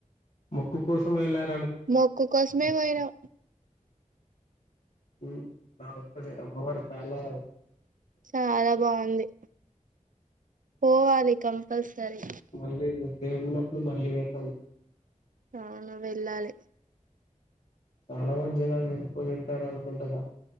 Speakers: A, on the left; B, on the right.
A: మొక్కు కోసం ఎల్లార్
B: మొక్కు కోసమే పొయినం.
A: ఊ బాగుంటది అమ్మవారి <unintelligible>
B: చాలా బాగుంది ఓ అది కం కంపల్సరీ
A: మళ్ళీ దేవుడు ఉన్నప్పుడు మళ్ళీ పెట్టాలి.
B: అవును వెళ్ళాలి.
A: చాలా మంది జనాలు వెళ్ళిపోయి ఉంటారు అనుకుంటరా.